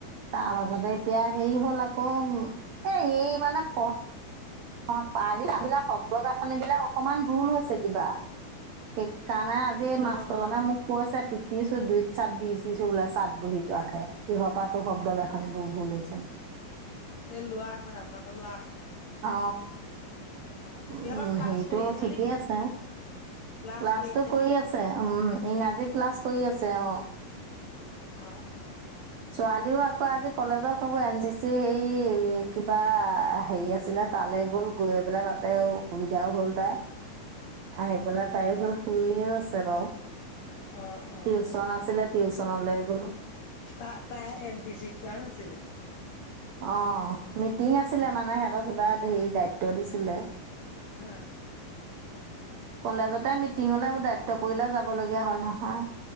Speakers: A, on the right; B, on the left.
A: তাৰ পাছতে এতিয়া হেৰি হ'ল আকৌ, এ ই মানে প অ <unintelligible> শব্দ গাঁথনিবলাক অকমান ভুল হৈছে কিবা, সেইকাৰণে আজি
B: অ',
A: মাষ্টাৰ
B: অ',
A: জনে মোক কৈছে, পিতিছো দুইত চাট দি-দিছো বোলে চাট বহি যোৱাকে, কিহৰ পৰা টো শব্দ গাঠনি গাঁথনিবোৰ ভুল হৈছে নে?
B: এ ল'ৰাক মানে আপোনালোকৰ ল'ৰাক?
A: অ।
B: অ',
A: উম
B: ইহঁতৰ ক্লাছ
A: হেৰিতো
B: কৰি
A: ঠিকেই
B: নেকি?
A: আছে,
B: ক্লাছ
A: ক্লাছটো
B: আছে
A: কৰি
B: নি?
A: আছ উম' ইংৰাজী ক্লাছ কৰি আছে অ।
B: অ-অ-অ।
A: ছোৱালীও আকৌ আজি কলেজৰ <unintelligible> এন চি চি হেৰি কিবা হেৰি আছিলে তালে গ'ল, গৈ পেলাই তাতে অসুবিধাও হ'ল তাই, আহি পেলাই তাই হ শুইয়ে আছে বাৰু,
B: অ', অ', অ',
A: টিউচন আছিলে টিউচনলে গ'ল।
B: তা-তাই এন-চি-চি ক্লাছ আছিলে?
A: অ মিটিং আছিলে
B: অ',
A: মানে, সিহঁতৰ কিবা হেৰি দায়িত্ব দিছিলে।
B: আহ।
A: কলেজতে মিটিংঙলে দায়িত্ব পৰিলে যাব লগীয়া হয় নহয়।